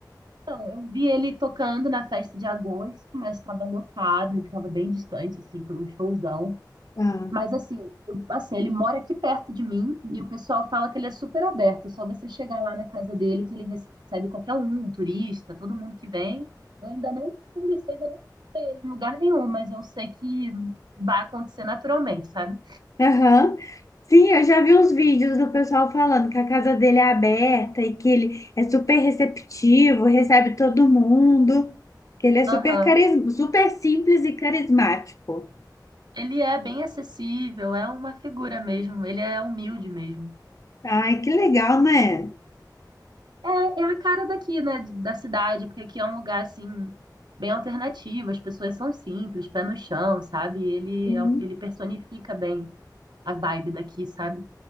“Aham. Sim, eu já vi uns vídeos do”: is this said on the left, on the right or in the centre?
Left